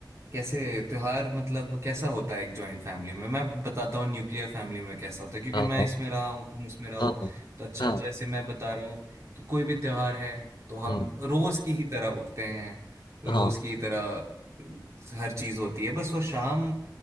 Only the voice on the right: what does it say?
कैसे त्योहार मतलब कैसा होता है एक जॉइंट फैमिली में मैं बताता हूँ न्यूक्लियर फैमिली में कैसा होता है क्योंकि
मैं
इसमें रहा हूँ तुम इसमें रहो
तो अच्छा
जैसे मैं बता रहा हूँ कि कोई भी त्योहार है तो हम
रोज की ही तरह उठते हैं
रोज की तरह अ, हर चीज होती है बस वो शाम